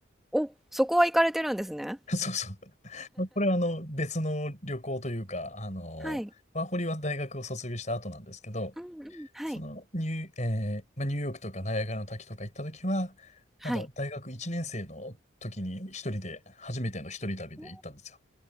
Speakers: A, in the centre; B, on the left.
A: お、そこは行かれてるんですね。
B: <laughs> そうそう。<laughs> まあこれはあの、別の旅行というか、あの、
A: はい。
B: ワーホリは大学を卒業した後なんですけど、
A: うんうん。はい。
B: そのニュー、えーまあ、ニューヨークとかナイアガラの滝とか行った時は、
A: はい。
B: まだ大学1年生の時に一人で、初めての一人旅で行ったんですよ。
A: お